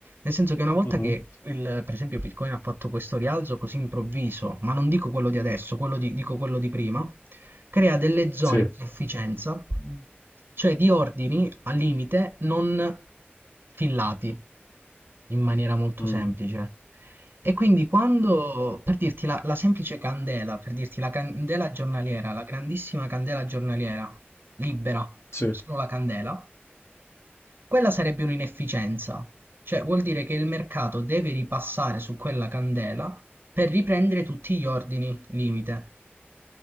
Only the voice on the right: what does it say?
Nel senso che una volta
che il- per esempio Bitcoin ha fatto questo rialzo così improvviso, ma non dico quello di adesso, quello di- dico quello di prima, crea delle zone
di sufficienza, cioè di ordini al limite non fillati in maniera molto
semplice. E quindi quando, per dirti la, la semplice candela, per dirti la candela giornaliera, la grandissima candela giornaliera, libera,
solo la candela, quella sarebbe un'inefficienza, cioè vuol dire che il mercato deve ripassare su quella candela per riprendere tutti gli ordini limite.